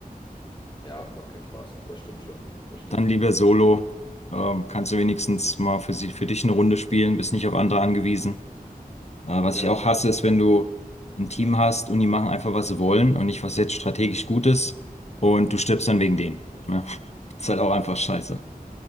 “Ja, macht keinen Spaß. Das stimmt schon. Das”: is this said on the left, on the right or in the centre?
Left